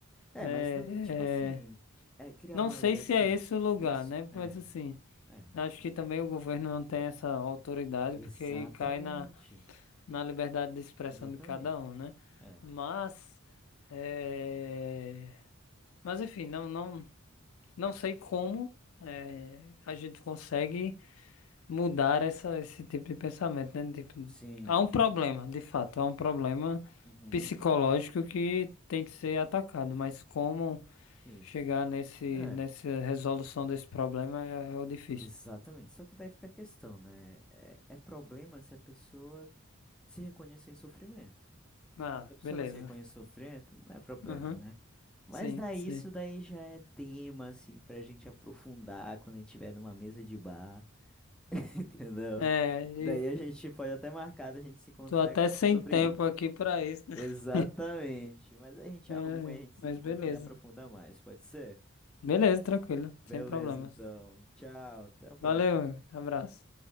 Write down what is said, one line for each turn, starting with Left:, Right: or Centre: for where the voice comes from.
Centre: É,
Left: É,
Centre: é, mas daí, tipo assim,
Left: é,
Centre: é criar
Left: não
Centre: uma
Left: sei
Centre: lei
Left: se
Centre: assim.
Left: é esse o lugar,
Centre: E as,
Left: né?
Centre: é,
Left: Mas assim,
Centre: é.
Left: acho que também o governo não tem essa autoridade,
Centre: Exatamente.
Left: porque aí cai na, na liberdade de expressão
Centre: Exatamente.
Left: de cada um, né?
Centre: É.
Left: Mas, é, mas enfim, não, não, não sei como é, a gente consegue mudar essa, esse tipo de pensamento, né? Tipo,
Centre: Sim.
Left: há um problema, de fato, há um problema
Centre: Uhum.
Left: psicológico que tem que ser atacado, mas como
Centre: Isso.
Left: Chegar nesse,
Centre: É,
Left: nessa resolução desse problema é, é o difícil.
Centre: exatamente. Só que daí fica a questão, né? É, é problema se a pessoa se reconhecer em sofrimento.
Left: Ah,
Centre: Se a pessoa
Left: beleza.
Centre: não se reconhece em sofrimento, não é problema,
Left: Aham,
Centre: né? Mas
Left: Sim,
Centre: daí
Left: sim.
Centre: isso daí já é tema, assim, pra gente aprofundar quando a gente tiver numa mesa de bar, <laughs> entendeu?
Left: É,
Centre: Daí
Left: e
Centre: a gente pode até marcar da gente se encontrar
Left: tô até
Centre: e conversar
Left: sem
Centre: sobre
Left: tempo
Centre: isso.
Left: aqui pra isso, né?
Centre: Exatamente.
Left: <laughs>
Centre: Mas a gente
Left: É,
Centre: arruma e a gente se
Left: mas
Centre: encontra
Left: beleza.
Centre: e aprofunda mais, pode ser?
Left: Beleza, tranquilo,
Centre: Beleza,
Left: sem problemas.
Centre: então. Tchau, até a próxima.
Left: Valeu, abraço.